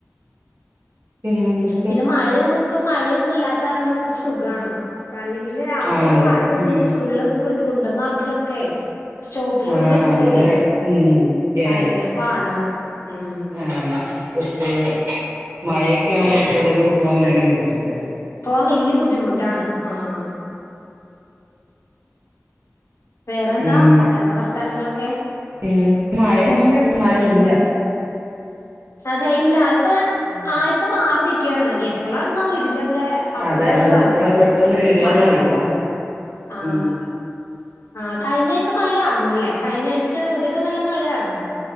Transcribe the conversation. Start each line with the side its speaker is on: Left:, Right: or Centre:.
Right: പിന്നെന്താ
Left: പിന്നെ മയൊന്നും ഇപ്പ മഴയൊന്നും ഇല്ലാത്ത കാരണം സുഖാണ് ഇപ്പ അല്ലെങ്കില് രാവിലെ
Right: ആ
Left: ഒക്കെ
Right: അതെ
Left: മഴ പെയ്ത്
Right: ഉം
Left: കഴിഞ സ്കൂളിലൊക്കെ കൊണ്ടന്ന ആക്കലൊക്കെ സ്റ്റോപ്പിൽ
Right: ആഹ്
Left: ഇവിടെ ബസ്
Right: ഭയങ്കര
Left: വരെ
Right: ഉം ഏ
Left: ഭയങ്കര പാടാണ് ഉം
Right: ആഹ് സ്കൂള് മഴയൊക്കെ ആവുമ്പോൾ സ്കൂളിലേക്കൊക്കെ പോകൻ ഭയങ്കര ബുദ്ധിമുട്ടല്ലേ
Left: പോവാൻ വലിയ ബുദ്ധിമുട്ടാണ് ആഹ് വേറെന്താ
Right: ഉം
Left: വേറെ വർത്താനങ്ങളൊക്കെ
Right: പിന്നെ മഴന്നും മഴ ഇല്ല
Left: അതെ ഇല്ല
Right: ഉം
Left: ആഹ് ഇപ്പ മാറി നിക്കയാണ് എപ്പളാന്നാവും ഇതിന്റെ ക്കെ അപ്പുറായിട്ട്
Right: അതെ അതെപ്പളാ
Left: വര്ന്നത്
Right: പെട്ടെന്ന് വരാന്നറിയില്ല
Left: മഴ ആഹ്
Right: ഉം
Left: ആഹ് കഴിഞ്ഞ ആഴ്ച്ച മഴ ആർന്നു അല്ലേ കഴിഞ്ഞ ആഴ്ച അവിടെയൊക്കെ നല്ല മഴ ആർന്നു